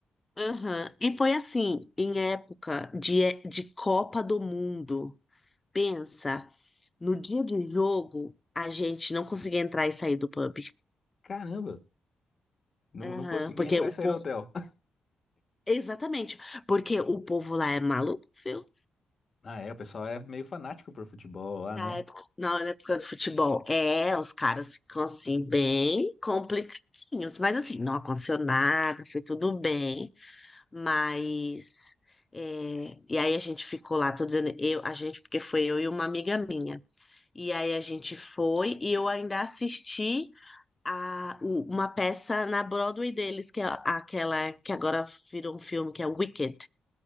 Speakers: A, on the left; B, on the left.
A: Aham. E foi assim, em época de, é, de Copa do Mundo. Pensa, no dia do jogo, a gente não conseguia entrar e sair do pub.
B: Caramba, não,
A: Aham,
B: não consegui
A: porque
B: entrar
A: o
B: e sair
A: povo.
B: do hotel. <laughs>
A: Exatamente. Porque o povo lá é maluco, viu?
B: Ah, é, o pessoal é meio fanático por futebol lá,
A: Na
B: né?
A: época, na época do futebol. É, os caras ficam assim, bem complicadinhos. Mas assim, não aconteceu nada, foi tudo bem. Mas. é, E aí a gente ficou lá, tô dizendo eu, a gente, porque foi eu e uma amiga minha. E aí a gente foi e eu ainda assisti a, o- uma peça na Broadway deles, que é aquela que agora virou um filme, que é Wicked.